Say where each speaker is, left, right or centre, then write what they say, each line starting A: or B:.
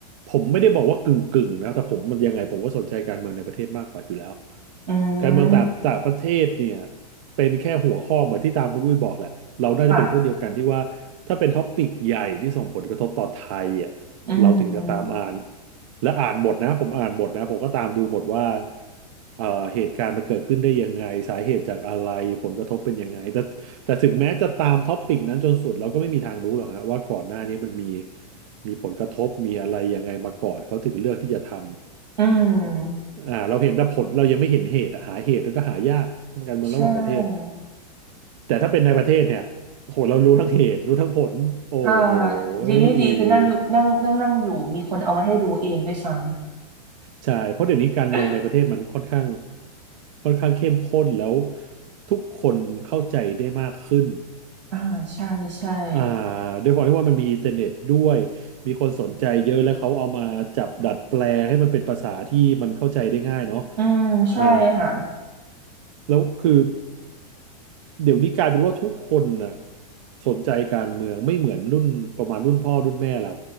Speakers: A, on the right (about 50°); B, on the right (about 80°).
A: ผมไม่ได้บอกว่ากึ่งกึ่งนะแต่ผมมันยังไงผมก็สนใจการเมืองในประเทศมากกว่าอยู่แล้ว
B: อื
A: การเมืองต่างต่างประเทศเนี่ย
B: ม
A: เป็นแค่หัวข้อเหมือนที่ตามคุณอุ้ยบอกแหละเราน่าจะเป็นพวกเดียวกันที่ว่าถ้าเป็นท็อปปิกใหญ่ที่ส่งผลกระทบต่อไทยอ่ะเราถึงจะตามอ่าน
B: ค่ะอืม
A: และอ่านหมดนะผมอ่านหมดนะผมก็ตามดูหมดว่าเอ่อเหตุการณ์มันเกิดขึ้นได้ยังไงสาเหตุจากอะไรผลกระทบเป็นยังไงแต่แต่ถึงแม้จะตามท็อปปิกนั้นจนสุดเราก็ไม่มีทางรู้หรอกฮะว่าก่อนหน้านี้มันมีมีผลกระทบมีอะไรยังไงมาก่อนเขาถึงเลือกที่จะทำ
B: อืม
A: อ่าเราเห็นแต่ผลเรายังไม่เห็นเหตุอะหาเหตุแล้วก็หายากการเมืองระหว่างประเทศ
B: ใช่
A: แต่ถ้าเป็นในประเทศเนี่ยโหเรารู้ทั้งเหตุรู้ทั้งผลโอ้โห
B: อ่าดีไม่ดีคือนั่งอยู่นั่งนั่งนั่งอยู่มีคนเอามาให้รู้เองด้วยซ้
A: ยใช่เพราะเดี๋ยวนี้การเมืองในประเทศมันค่อนข้าง
B: อ
A: ค่อนข้างเข้มข้นแล้วทุกคนเข้าใจได้มากขึ้น
B: ่าใช่ใช่
A: อ่าด้วยความที่ว่ามันมีอินเทอร์เน็ตด้วยมีคนสนใจเยอะแล้วเขาเอามาจับดัดแปลงให้มันเป็นภาษาที่มันเข้าใจได้ง่ายเนาะ
B: อืมใช่ค่ะ
A: อ่าแล้วคือ เดี๋ยวนี้กลายเป็นว่าทุกคนน่ะสนใจการเมืองไม่เหมือนรุ่นประมาณรุ่นพ่อรุ่นแม่เรา